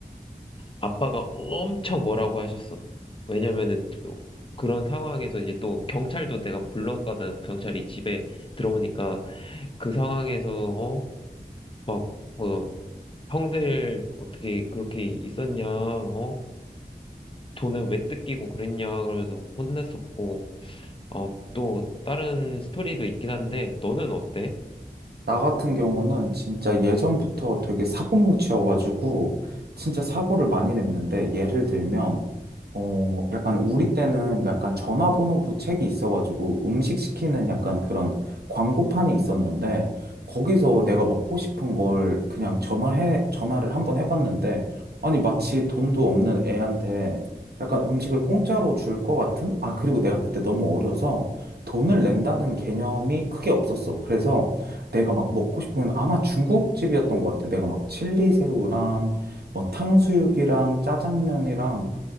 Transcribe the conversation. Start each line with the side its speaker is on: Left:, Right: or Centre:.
Left: 아빠가 엄청 뭐라고 하셨어. 왜냐면은 또 그런 상황에서 이제 또 경찰도 내가 불렀거든. 경찰이 집에 들어오니까 그 상황에서 어? 막 뭐, 형들 어떻게 그렇게 있었냐? 어? 돈은 왜 뜯기고 그랬냐? 그러면서 혼냈었고. 어, 또 다른 스토리도 있긴 한데 너는 어때?
Right: 나 같은 경우는 진짜 예전부터 되게 사고뭉치여가지고 진짜 사고를 많이 냈는데 예를 들면 어, 약간 우리 때는 약간 전화번호 부책이 있어가지고 음식 시키는 약간 그런 광고판이 있었는데 거기서 내가 먹고 싶은 걸 그냥 전화해, 전화를 한번 해봤는데 아니 마치 돈도 없는 애한테 약간 음식을 공짜로 줄 것 같은? 아, 그리고 내가 그때 너무 어려서 돈을 낸다는 개념이 크게 없었어. 그래서 내가 막 먹고 싶은 건 아마 중국집이었던 것 같아. 내가 막 칠리새우랑 뭐 탕수육이랑 짜장면이랑